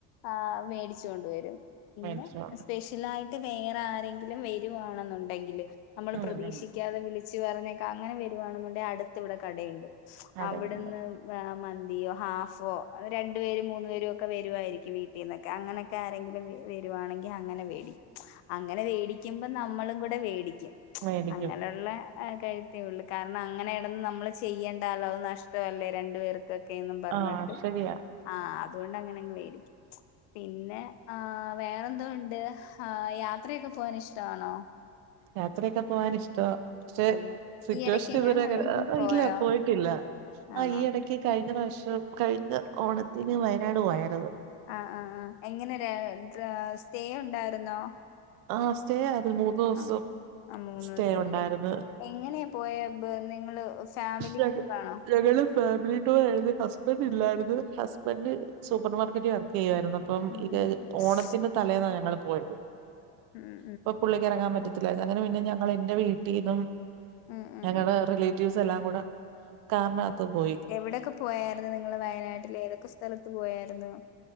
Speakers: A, on the left; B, on the right.
A: ആ മേടിച്ചു കൊണ്ടുവരും പിന്നെ
B: മേടിച്ചോ
A: സ്പെഷ്യലായിട്ട് വേറെ ആരെങ്കിലും വരുവാണെന്നുണ്ടെങ്കില് നമ്മൾ
B: ഉം
A: പ്രതീക്ഷിക്കാതെ
B: ഉം
A: വിളിച്ചു പറഞ്ഞേക്കെ അങ്ങനെ വരുവാണെന്നുണ്ടെിൽ അടുത്തിവിടെ കടയുണ്ട്
B: അതെ
A: അവിടുന്ന്
B: അതെ
A: മന്തിയോ ഹാഫോ രണ്ടു പേരും മൂന്നു പേരും ഒക്കെ വരുവായിരിക്കും വീട്ടിൽന്നൊക്കെ അങ്ങനെ ആരെങ്കിലും വരുവാണെങ്കിൽ അങ്ങനെ വേടിക്കും അങ്ങനെ വേ ടിക്കുമ്പോൾ നമ്മളും കൂടെ വേ ടിക്കും
B: മേടിക്കും
A: അങ്ങനെയുള്ള കഴുത്തേയോള്ളൂ കാരണം അങ്ങനെ ഇടന്ന് നമ്മൾ ചെയ്യേണ്ടല്ലോ അത് നഷ്ടമല്ലേ രണ്ടു പേർക്ക് എന്തൊക്കന്ന് പറഞ്ഞിട്ട്
B: ആഹ് ശരിയാ
A: ആഹ അതുകൊണ്ട് അങ്ങനെങ്ങ് മേടിക്കും പിന്നെ ആ വേറെ എന്തോ ഉണ്ട് ആഹ് യാത്രയൊക്കെ പോവാൻ ഇഷ്ടമാണോ
B: യാത്രയൊക്കെ പോവാൻ ഇഷ്ടവാ പക്ഷെ
A: ആന്ന്
B: സിറ്റുവേഷൻ
A: ഈ ഇടയ്ക്കെങ്ങാണ്
B: ഇതുവരെ
A: എവിടെയെങ്കിലും പോയോ
B: ഇല്ല പോയിട്ടില്ല ആ
A: ആന്നോ
B: ഈ ഇടക്ക് കഴിഞ്ഞ വർഷം കഴിഞ്ഞ ഓണത്തിന് വയനാട് പോയത്
A: ആ ആ ആ എങ്ങനെ സ്റ്റേ ഉണ്ടായിരുന്നോ
B: ആഹ് സ്റ്റേ ആയിരുന്നു മൂന്ന് ദിവസം
A: ആ ആ മൂന്ന്
B: സ്റ്റേ
A: ദിവസല്ലേ
B: ഉണ്ടായിരുന്നു
A: എങ്ങനെയാ പോയെ നിങ്ങള് ഫാമിലി
B: ഞങ്ങ
A: ടൂറാണോ
B: ഞങ്ങള് ഫാമിലി ടൂർ ആയിരുന്നു. ഹസ്ബൻഡറ് ഇല്ലായിരുന്നു. ഹസ്ബൻഡ് സൂപ്പർ മാർക്കറ്റിൽ വർക്ക് ചെയ്യായിരുന്നു. അപ്പം
A: ഉം
B: ഇത്
A: ഉം ഉം
B: ഓണത്തിന്റെ തലേന്നാണ് ഞങ്ങൾ പോയത്.
A: ഉം
B: ഇപ്പൊ പുള്ളിക്കാരൻ ഇറങ്ങാൻ പറ്റത്തില്ലായിരുന്നു അങ്ങനെ പിന്നെ ഞങ്ങൾ എന്റെ വീട്ടിൽന്നും
A: ഉം ഉം
B: ഞങ്ങളുടെ
A: ഉം
B: റിലേറ്റീവ്സ് എല്ലാം കൂടെ കാറിനകത്ത് പോയി.
A: എവിടെയൊക്കെ പോയായിരുന്നു നിങ്ങള് വയനാട്ടിൽ ഏതൊക്കെ സ്ഥലത്ത് പോയായിരുന്നു.